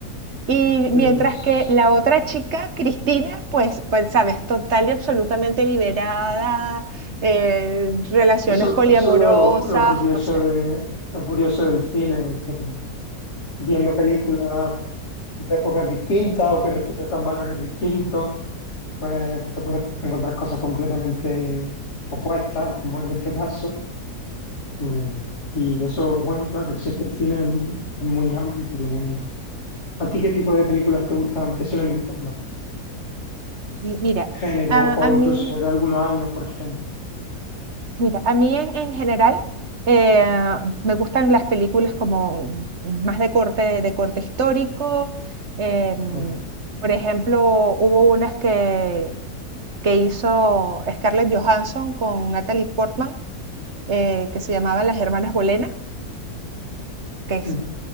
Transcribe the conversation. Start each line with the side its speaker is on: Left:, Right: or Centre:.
Right: y
Left: pero
Right: mientras
Left: sí.
Right: que la otra chica, Cristina, pues, pues sabes, total y absolutamente liberada, eh, relaciones
Left: Eso,
Right: poliamorosas,
Left: eso es lo, lo curioso
Right: o sea,
Left: de, lo curioso del cine, que viendo películas de épocas distintas o que reflejan valores distintos, pues te puedes encontrar cosas completamente opuestas, como en este caso. Mm, Y eso, bueno, claro, sí es que el cine es es muy amplio, muy... ¿A ti qué tipo de películas te gustan, te suelen gustar más?
Right: y mira,
Left: Género
Right: a,
Left: o
Right: a mí,
Left: incluso de algunos años, por ejemplo.
Right: mira, a mí en, en general eh, me gustan las películas como más de corte, de corte histórico. em,
Left: Oh,
Right: por ejemplo, hubo unas que, que hizo Scarlett Johansson con Natalie Portman eh, que se llamaba Las Hermanas Bolena, que es-
Left: mm,